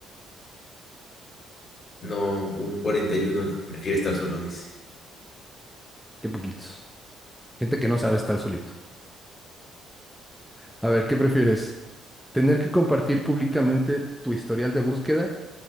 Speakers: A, on the left; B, in the centre.
A: No, un 41 de- prefiere estar solo, dice.
B: Qué poquitos. Gente que no sabe estar solito. A ver, ¿qué prefieres? Tener que compartir públicamente tu historial de búsqueda